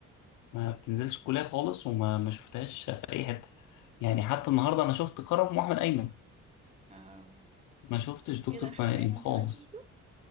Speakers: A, on the left; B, on the right.
A: ما بتنزلش كليه خالص وما ما شفتهاش في اي حته يعني حتى النهارده انا شفت كرم واحمد ايمن
B: اه
A: ما شفتش دكتور
B: ايه ده احمد
A: بني
B: ايمن
A: خالص
B: كمان شفته